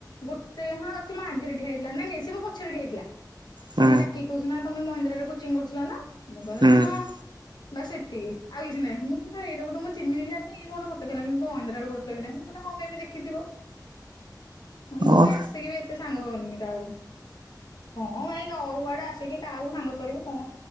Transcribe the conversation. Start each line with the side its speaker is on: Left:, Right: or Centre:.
Left: ଗୋଟେ ହଁ ସେ ମୋ ଆଗରେ ଠିଆ ହେଇଥିଲା ନାଇ ନାଇଁ ସେ ମୋ ପଛରେ ଠିଆ ହେଇଥିଲା। ସେ
Right: ହୁଁ
Left: ମତେ ଡାକିକି କଉଛନ୍ତି ନା ତମେ ମହିନ୍ଦ୍ରା ରେ କୋଚିଙ୍ଗ୍ କରୁଥିଲ ନା। ମୁଁ କହିଲି
Right: ହୁଁ
Left: ହଁ ବାସ୍ ଏତିକି ଆଉ କିଛି ନାହିଁ ମୁଁ କହିଲି ଏଇଟାକୁ ତମ୍ ଚିହିଁନି କି ଜାଣିନି ଏ କଣ ମତେ କହିଲାଣି ମହିନ୍ଦ୍ରାରେ କରୁଥିଲ କି ନାହିଁ ମୁଁ କହିଲି ହଁ ମେ ବି ଦେଖିଥିବ। ମୁଁ
Right: ଓ
Left: ବି ଆସିକି ବି ଏତ୍ ଟେ ସାଙ୍ଗ କରୁନି କାହାକୁ କଣ ପାଇଁ ଆଉ କୁଆଡେ ଆସିକି କାହାକୁ ସାଙ୍ଗ କରିବୁ କଣ